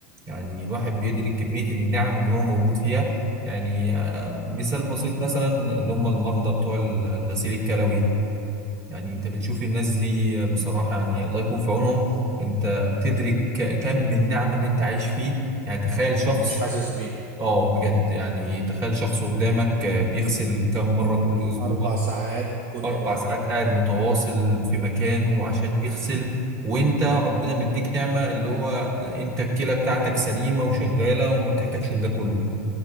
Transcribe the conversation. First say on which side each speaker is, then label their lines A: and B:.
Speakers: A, on the right; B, on the right.
A: يعني الواحد
B: مم.
A: بيدرك كمية النعم اللي هو موجود فيها يعني آه، مثال بسيط مثلا اللي هم المرضى بتوع ال- الغسيل الكلوي يعني
B: مم.
A: انت بتشوف الناس دي بصراحة يعني الله يكون في عونهم انت بتدرك ك- كم من النعم اللي انت عايش فيه يعني تخيل شخص
B: ومش حاسس بيه
A: اه بجد يعني تخيل شخص قدامك آه، بيغسل كم مرة كل أسبوع
B: أربع ساعات كل
A: أربع
B: مرة
A: ساعات قاعد متواصل في مكانه
B: مم.
A: عشان يغسل وأنت ربنا مديك نعمة اللي هو أنت الكلى بتاعتك سليمة وشغالة وما بتحتاجش لده كله